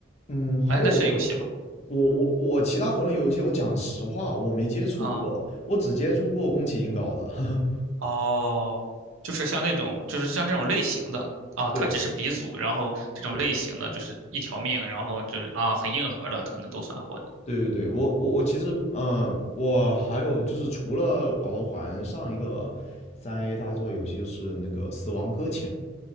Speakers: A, on the left; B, on the right.
A: 嗯，还有魂。
B: 哎，那是游戏吗？
A: 我我我其他魂类游戏，我讲实话，我没接触过，
B: 啊，
A: 我只接触过宫崎英高的。<laughs>
B: 哦，就是像那种，就是像这种类型的啊，它只是鼻祖，
A: 对
B: 然后这种类型的就是一条命，
A: 对，
B: 然后就是啊很硬核的，可能都算混。
A: 对对对，我我我其实，嗯，我还有就是除了老头环，上一个三 A 大作游戏就是那个《死亡搁浅》，